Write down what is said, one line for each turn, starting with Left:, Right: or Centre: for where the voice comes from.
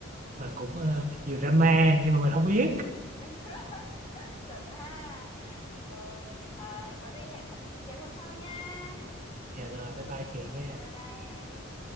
Right: mà cũng ờ, nhiều drama nhưng mà mình không biết
Left: <laughs> Chuẩn ha. Rồi, à, có gì hẹn hẹn Kiệt hôm sau nha.
Right: dạ rồi bye bye chị
Left: Ừ,
Right: nha
Left: bye bye em.